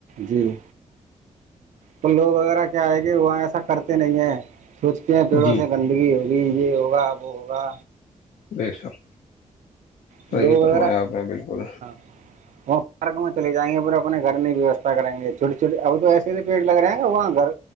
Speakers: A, on the right (about 70°); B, on the left (about 80°).
A: جی تو لوگ وغیرہ کیا آئے گے وہاں ایسا کرتے نہیں ہیں سوچتے ہیں پیڑوں
B: جی
A: سے گندگی ہوگی یہ ہوگا وہ ہوگا
B: بے شک صحیح
A: لوگ
B: فرمایا
A: وغیرہ
B: آپ نے بالکل
A: <inaudible> وہاں پارک میں چلےائیںے پورے اپنے گھر میں ویوستھا کریں گے چھوٹی چھوٹے اب تو ایسے پیڑ لگ رہے ہیں گا وہاں گھر